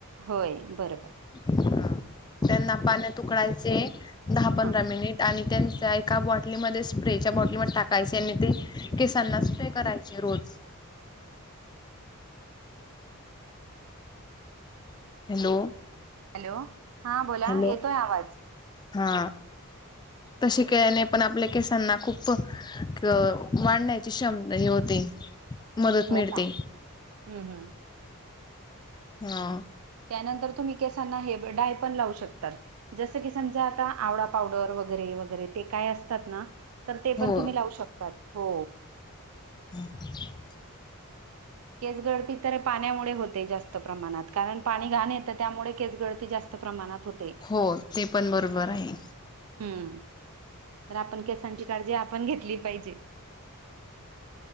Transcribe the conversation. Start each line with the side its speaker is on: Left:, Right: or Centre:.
Right: होय, बरं बरं.
Left: ह,, त्यांना पाण्यात उकळयचे,, दहा पंधरा
Right: हा
Left: मिनिट आणि त्यांचेऽ एका बॉटलीमध्ये स्प्रेच्या बॉटलीमध्ये टाकायचे, आणि ते केसांना स्प्रे करायचे रोज. हॅलो,
Right: हॅलो,, हा बोला,
Left: हॅलो
Right: येतोय आवाज.
Left: हा, तशी केल्याने पण आपल्या केसांना खूप वाढण्याची क्षमता हे होते. मदत
Right: हो
Left: मिळते
Right: का,, हम्म हम्म.
Left: हा,
Right: त्यानंतर तुम्ही केसांना हे डाय पण लावू शकतात. जसं की समजा आता आवळा पावडर वगैरे, वगैरे ते काय असतात ना,, तर ते
Left: हो
Right: पण तुम्ही लावू शकतात हो.
Left: ह ठीक.
Right: केस गळती तर पाण्यामुळे होते जास्त प्रमाणात कारण पाणी घाण येतं त्यामुळे केस गळती जास्त. प्रमाणात हो.
Left: हो ते पण बरोबर आहे.
Right: हम्म तर आपण केसांची काळजी आपण घेतली पाहिजे.